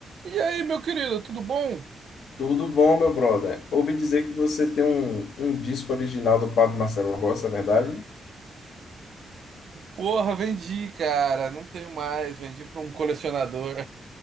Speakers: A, on the right; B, on the left.
A: E aí, meu querido, tudo bom?
B: Tudo bom, meu brother? Ouvi dizer que você tem um, um disco original do Padre Marcelo Rossi, é verdade?
A: Porra, vendi, cara. Não tenho mais. Vendi para um colecionador.